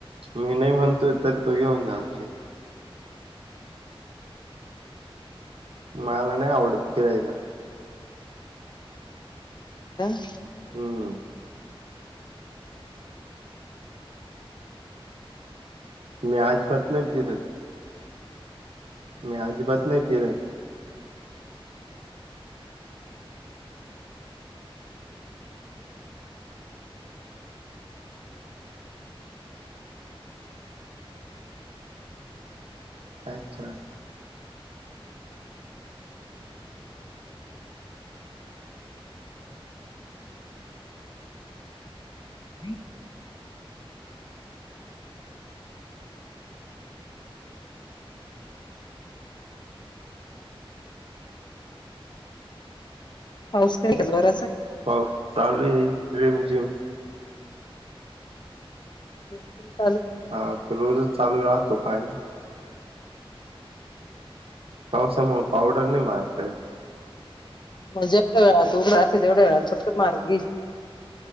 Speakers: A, on the right; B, on the left.
A: मी नाही म्हणतोय तरी तो घेऊन जात मला नाही आवडत फिरायला
B: हम
A: हम्म मी आजीबात नाही फिरत मी अजीबात नाही फिरत अच्छा
B: <unintelligible> पाऊस काही का जोराचा
A: पाऊस चालू आहे रिमझिम
B: बिकुल
A: हा तर रोजच चालू राहतो पाणी
B: <unintelligible>
A: पावसामुळे पावडर नाही मारता येत
B: मग जेवढ वेळात त उघडा तेवढ्या वेळात पटकन मारून घ्यायची